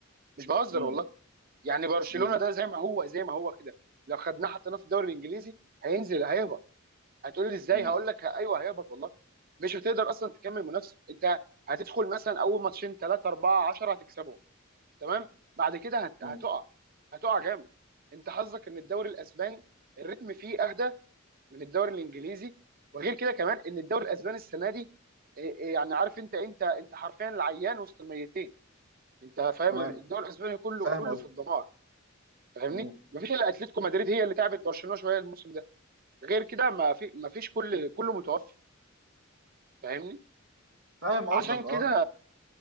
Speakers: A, on the right; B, on the right.
A: مش بهزر
B: مم.
A: والله يعني برشلونه
B: مم.
A: ده زي ما هو زي ما هو كده لو خدناه حطيناه في الدوري الانجليزي هينزل هيهبط هتقول لي ازاي
B: مم.
A: هقول لك ايوه هيهبط والله مش هتقدر اصلا تكمل منافسه انت هتدخل مثلا اول ماتشين ثلاثه اربعه 10 هتكسبهم تمام بعد كده هت-
B: مم.
A: هتقع هتقع جامد انت حظك ان الدوري الاسباني الريتم فيه اهدى من الدوري الانجليزي وغير كده كمان ان الدوري الاسباني السنه دي إيه إيه يعني عارف انت انت انت حرفيا العيان وسط الميتين انت فاهم
B: تمام
A: الدوري الاسباني كله
B: فاهم
A: كله في الدمار فاهمني
B: قصدك
A: مفيش الا اتلتيكو مدريد هي اللي تعبت برشلونه شويه الموسم ده غير كده ما في ما فيش كل كله متوفي فاهمني
B: فاهم قصدك
A: عشان كده
B: اه